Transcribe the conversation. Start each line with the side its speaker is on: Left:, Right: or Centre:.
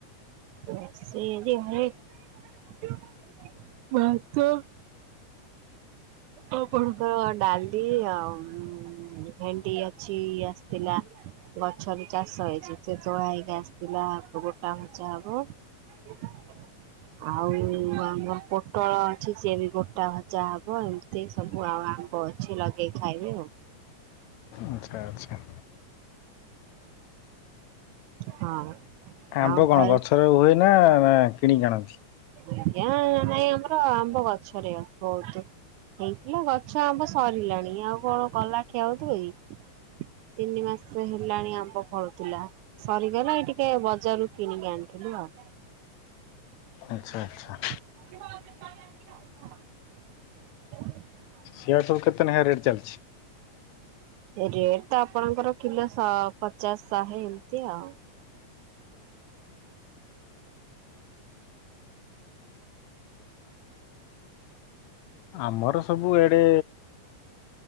Right: ରୋଷେଇ ଆଜି ହେ ଯୋଉ ଭାତ ଆଉ କଣ ତ ଡାଲି ଆଉ ଭେଣ୍ଡି ଅଛି ଆସିଥିଲା ଗଛରେ ଚାଷ ହେଇଛି ସେ ତୋଳା ହେଇକି ଆସିଥିଲା ଗୋଟା ଭଜା ହବ। <unintelligible> ଆଉ ଆମର ପୋଟଳ ଅଛି ସିଏ ବି ଗୋଟା ଭଜା ହବ ଏମତି। ତି ସବୁ ଆଉ ଆମ୍ବ ଅଛି ଲଗେଇ ଖାଇବେ ଆଉ।
Left: ଆଚ୍ଛା ଆଚ୍ଛା।
Right: ହଁ।
Left: ଆମ୍ବ
Right: ଆଉ
Left: କଣ
Right: ଘରେ
Left: ଗଛର ହୁଏ ନା ନା କିଣିକି ଆଣନ୍ତି।
Right: ଆଜ୍ଞା ନାଇଁ ଆମର ଆମ୍ବ ଗଛ ରେ ବହୁତ ହେଇଥିଲା ଗଛ ଆମ୍ବ ସରିଲାଣି ଆଉ କଣ ଗଲା ଖିଆ ହଉଥିବ କି। ତିନି ମାସ ହେଲାଣି ଆମ୍ବ ଫଳୁଥିଲା। ସରିଗଲା ଏଇ ଟିକେ ବଜାରୁ କିଣିକି ଆଣିଥିଲୁ ଆଉ।
Left: ଆଚ୍ଛା ଆଚ୍ଛା।
Right: <inaudible>
Left: ସିଆ ସବୁ କେତେ ନେଖା ରେଟ୍ ଚାଲିଛି।
Right: ରେଟ ତ ଆପଣଙ୍କର କିଲୋ ଶ ପଚାଶ ଶହେ ଏମିତି ଆଉ।
Left: ଆମର ସବୁ ଏଡେ